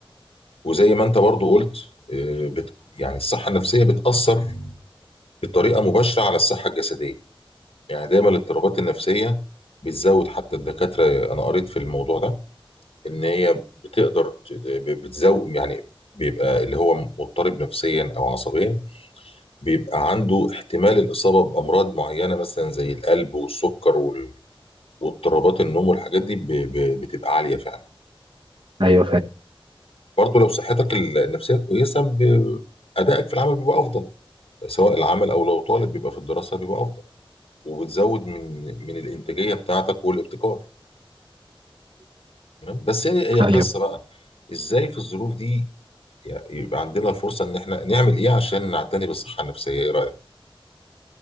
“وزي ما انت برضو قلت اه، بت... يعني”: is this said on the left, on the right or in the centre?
Left